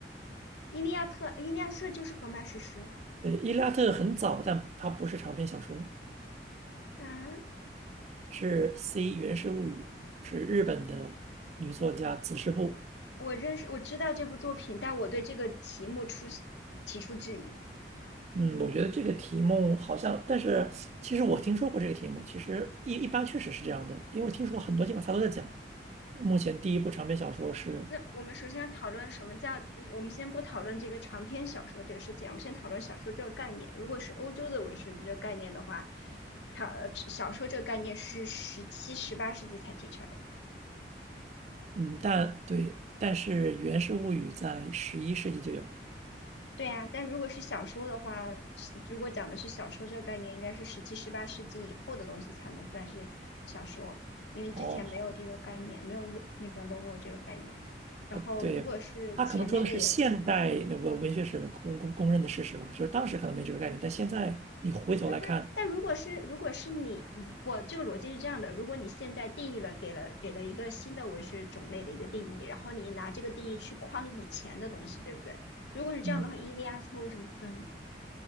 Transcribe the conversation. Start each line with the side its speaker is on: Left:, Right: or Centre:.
Left: 伊利亚特伊利亚特就是《荷马史诗》
Right: 呃，《伊利亚特》很早，但它不是长篇小说，
Left: 啊。
Right: 是《C 源氏物语》，是日本的女作家子师部。
Left: 我认识我知道这部作品，但我对这个题目出提出质疑。
Right: 嗯，我觉得这个题目好像，但是其实我听说过这个题目，其实一一般确实是这样的，因为我听说过很多地方它都在讲。目前第一部长篇小说是，
Left: 那我们首先要讨论什么叫，我们先不讨论这个长篇小说这个事情，我们先讨论小说这个概念。如果是欧洲的文学的这个概念的话，它小说这个概念是十七、十八世纪才提出来的。
Right: 嗯，但对，但是《源氏物语》在十一世纪就有了。
Left: 对呀，但如果是小说的话，如果讲的是小说这个概念，应该是十七、十八世纪以后的东西才能算是小说，因为之前没有这个概念，
Right: 哦，好。
Left: 没有那个 l o g o 这个概念。然后，
Right: 呃，对，
Left: 如果是前面的也
Right: 他可能说的是现代文文学史的公公公认的事实吧，就是当时可能没这个概念，但现在你回头来看，
Left: 但不是，但如果是如果是你，嗯我这个逻辑是这样的：如果你现在定义了，给了给了一个新的文学种类的一个定义，然后你拿这个定义去框以前的东西，对不对？如果是这样的话，
Right: 嗯，
Left: 伊利亚特为什么不算呢